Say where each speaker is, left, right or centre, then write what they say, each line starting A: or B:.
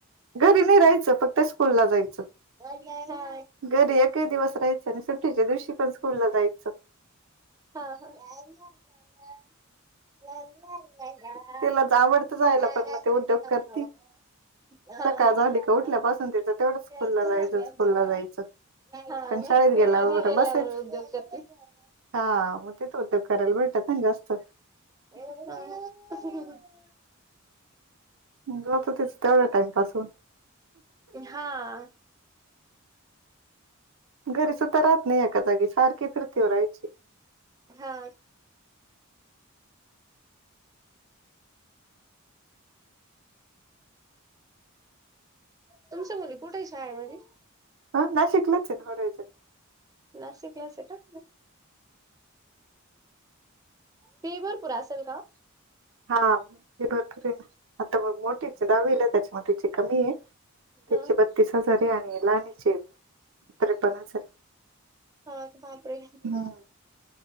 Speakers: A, on the right (about 60°); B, on the right (about 15°).
A: घरी नाही राहायचं फक्त स्कूल ला जायचं.
B: हा
A: घरी एकही दिवस राहायचं नाही सुट्टीच्या दिवशी पण स्कूल ला जायचं.
B: हा हा. <inaudible> हा
A: तिला आवडतं
B: हा.
A: जायला पण मग ते उद्योग करती.
B: हा ना
A: सकाळ झाली का उठल्यापासून
B: स्कूल
A: तिचं तेवढंच स्कूलला
B: मध्ये
A: जायचं स्कूलला जायचं.
B: गेल्यावर
A: पण
B: उद्योग
A: शाळेत गेल्यावर बसायच
B: करती.
A: हा म तेेच उद्योग करायला भेटत ना जास्त.
B: ह.
A: जात तेच तेवढं टाइमपास होऊन.
B: हां.
A: घरी सुद्धा राहत नाही एका जागी सारखी फिरतीवर राहायची.
B: हा. तुमच्या मुली कुठंय शाळेमध्ये.
A: हा नाशिकलाच ये होरायझन.
B: नाशिकलाचये का? ती भरपूर असेल का?
A: हा ती भरपूरयेना. आता मग मोठीचे दहावीला त्याच्यामुळे तिची कमी ये. तीचे
B: हा
A: बत्तीस हजार आहे आणि लाणीचे त्रेपन्न हजार आहे.
B: हा बापरे.
A: हम्म.